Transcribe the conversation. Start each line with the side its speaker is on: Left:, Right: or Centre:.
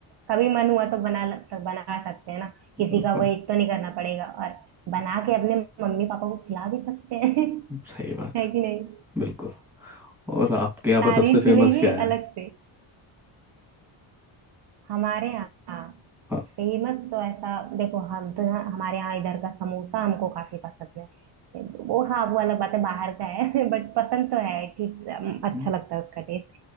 Right: कभी मन हुआ तो बना बना सकते हैं ना किसी
Centre: बिल्कुल
Right: का वेट तो नहीं करना पड़ेगा और बना के अपने मम्मी पापा को खिला भी सकते हैं <laughs>
Centre: सही बात
Right: है
Centre: है
Right: कि नहीं
Centre: बिल्कुल और आपके यहाँ पर
Right: तारीफ
Centre: सबसे फेमस
Right: मिलेगी
Centre: क्या है
Right: अलग से हमारे यहाँ
Centre: हाँ
Right: फेमस तो ऐसा देखो हम तो यहाँ- हमारे यहाँ इधर का समोसा हमको काफी पसंद है वो हाँ वो अलग बात है बाहर का है <laughs> बट पसंद तो है ठीक अम, अच्छा
Centre: हम्म,
Right: लगता है उसका टेस्ट